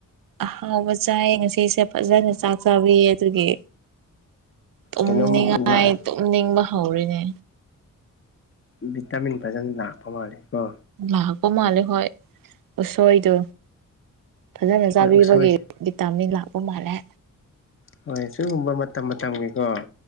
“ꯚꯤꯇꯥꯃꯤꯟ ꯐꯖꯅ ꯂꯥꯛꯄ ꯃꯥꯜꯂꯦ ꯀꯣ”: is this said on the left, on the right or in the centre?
Left